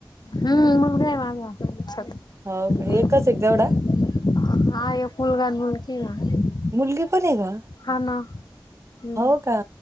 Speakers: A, on the left; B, on the right.
A: हूं मुलगा ये माझा <unintelligible>
B: हो का? एकच एक तेवढा
A: हा एक मुलगा अन् मुलगी ये ना
B: तुम्ही पण आहे का?
A: हा ना हम्म.
B: हो का